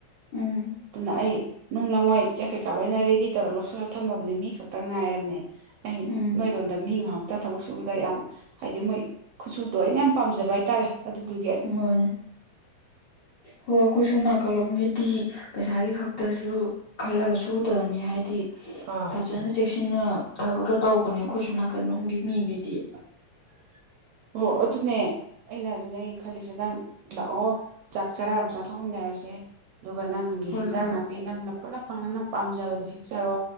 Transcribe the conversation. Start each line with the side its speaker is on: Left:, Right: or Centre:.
Left: ꯎꯝ
Right: ꯑꯗꯨꯅ ꯑꯩ ꯅꯨꯡ ꯂꯪꯉꯣꯏ ꯆꯦꯛ ꯀꯩꯀꯥ ꯂꯣꯏꯅ ꯔꯦꯗꯤ ꯇꯧꯔ ꯂꯧꯁꯤꯜꯂ ꯊꯝꯃꯕꯅꯦ ꯃꯤ ꯈꯛꯇ ꯉꯥꯏꯔꯕꯅꯦ ꯑꯩ
Left: ꯎꯝ
Right: ꯅꯣꯏꯔꯣꯝꯗ ꯃꯤ ꯉꯍꯥ ꯇ ꯊꯕꯛ ꯁꯨꯕꯗ ꯌꯥꯝ ꯍꯥꯏꯗꯤ ꯃꯣꯏ ꯈꯨꯠꯁꯨꯗꯣ ꯑꯩꯅ ꯌꯥꯝ ꯄꯥꯝꯖꯕ ꯍꯥꯏꯇꯥꯔꯦ ꯑꯗꯨꯗꯨ
Left: ꯃꯅꯦ
Right: <unintelligible>
Left: ꯍꯣ ꯑꯩꯈꯣꯏꯁꯣꯝ ꯅꯥꯀꯥꯟ ꯂꯣꯝꯒꯤꯗꯤ ꯄꯩꯁꯥꯒꯤ ꯈꯛꯇꯁꯨ ꯈꯜꯂꯒ ꯁꯨꯗꯕꯅꯤ ꯍꯥꯏꯗꯤ
Right: ꯑꯥ
Left: ꯐꯖꯅ ꯆꯦꯛꯁꯤꯟꯅ ꯊꯕꯛꯇꯣ ꯇꯧꯕꯅꯦ ꯑꯩꯈꯣꯏ ꯁꯣꯝ ꯅꯥꯀꯟꯗꯣꯝꯒꯤ ꯃꯤꯒꯩꯗꯤ
Right: ꯑꯣ ꯑꯗꯨꯅꯦ ꯑꯩꯅ ꯑꯗꯨꯅꯦ ꯈꯜꯂꯤꯁꯦ ꯅꯪ ꯂꯥꯛꯑꯣ ꯆꯥꯛ ꯆꯔꯥ ꯑꯃ ꯆꯥꯊꯣꯛ ꯃꯤꯟꯅꯔꯁꯦ ꯑꯗꯨꯒ ꯅꯪꯒꯤ
Left: ꯍꯣꯏ
Right: ꯍꯤꯟꯖꯥꯡ
Left: ꯍꯣꯏ
Right: ꯅꯥ ꯄꯤ ꯅꯪꯅ ꯈꯨꯠꯅ ꯐꯪꯅ ꯅꯪꯅ ꯄꯥꯝꯖꯕꯗꯣ ꯍꯦꯛꯆꯔꯣ